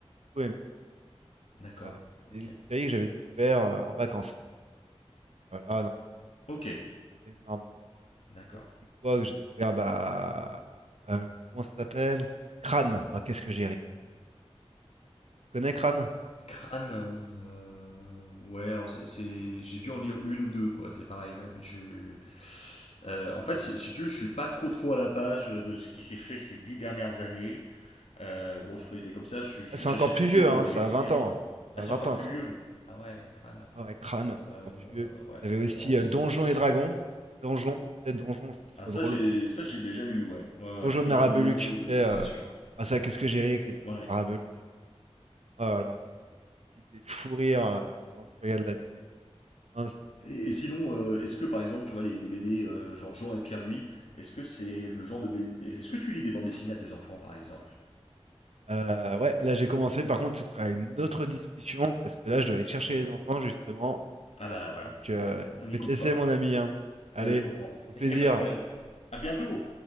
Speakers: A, on the right (about 80°); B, on the left (about 75°).
A: tout aimé.
B: D'accord,
A: Et, euh, c'est
B: ok.
A: une série que j'avais découvert euh, en vacances. Euh, là, non, mais
B: Ok,
A: c'est c'est énorme.
B: d'accord.
A: Il y a aussi quoi que j'ai découvert, bah, euh, comment ça s'appelle? Crâne. Ah, qu'est-ce que j'ai ri. Tu connais Crâne?
B: Crâne, euh, ouais, alors c'est, c'est- j'ai dû en lire une ou deux, quoi, c'est pareil, ouais, mais je suis- euh, en fait, si, si tu veux, je suis pas trop trop à la page de ce qui s'est fait ces dix dernières années. Euh, bon, je fais comme ça, je- je-
A: Ah, c'est
B: j'achète
A: encore plus
B: plutôt
A: vieux, hein,
B: euh,
A: ça
B: les séries.
A: a 20 ans. Ça
B: Ah, c'est
A: a 20
B: encore
A: ans,
B: plus
A: Crâne.
B: vieux. Ah ouais, crâne.
A: Ah ouais, Crâne, c'est
B: Euh,
A: encore plus vieux. Puis,
B: ouais,
A: t'avais aussi
B: non, alors,
A: euh,
B: c'est
A: Donjons
B: vrai que c'est c'est
A: et Dragons.
B: compliqué. tout.
A: Donjons, peut Donjons, c'était trop
B: ah ça,
A: drôle
B: j'ai
A: aussi.
B: ça j'ai déjà lu, ouais. Ouais,
A: Donjons
B: ouais, si
A: de Narabeluc,
B: j'en ai lu un
A: tu
B: ou deux,
A: sais.
B: ça
A: euh,
B: c'est sûr.
A: Ah, ça, qu'est-ce que j'ai ri avec les Donjons
B: Ouais.
A: de Narabeluc. Ah, alors, tu, tu piques des fous rires euh, pendant que tu regardes la BD. Hein, c'est
B: Et, et sinon,
A: c'est trop cool.
B: euh, est-ce que par exemple, tu vois, les, les BD, euh, genre Jean et Pierre-Louis, est-ce que c'est le genre de BD. Est-ce que tu lis des bandes dessinées à tes enfants par exemple
A: Euh, ouais, là j'ai commencé. Par contre, ce sera une autre discussion parce que là je dois aller chercher les enfants justement.
B: Ah bah voilà,
A: Donc, euh,
B: ouais, on
A: je
B: n'y
A: vais
B: coupe
A: te laisser,
B: pas.
A: mon ami. hein. Allez,
B: Ouais, je comprends.
A: au
B: <laughs>
A: plaisir.
B: Il n'y a pas de problème. À bientôt